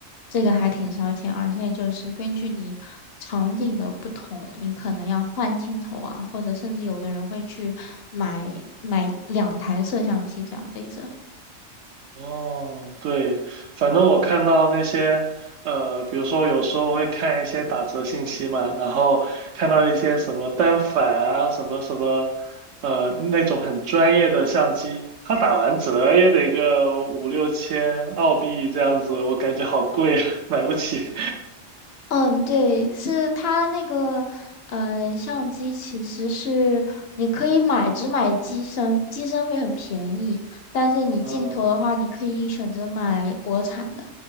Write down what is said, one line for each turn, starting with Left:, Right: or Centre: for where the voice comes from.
Left: 这个还挺烧钱，而且就是根据你场景的不同，你可能要换镜头啊，或者甚至有的人会去买买两台摄像机这样背着。
Right: 哦，对，反正我看到那些，呃，比如说有时候会看一些打折信息嘛，然后看到一些什么单反啊，什么什么，呃，那种很专业的相机，它打完折也得个五六千澳币这样子，我感觉好贵，<laughs> 买不起。<laughs>
Left: 嗯，对，是它那个，嗯、相机其实是你可以买，只买机身，机身会很便宜，但是你镜头的话，
Right: 嗯，
Left: 你可以选择买国产的，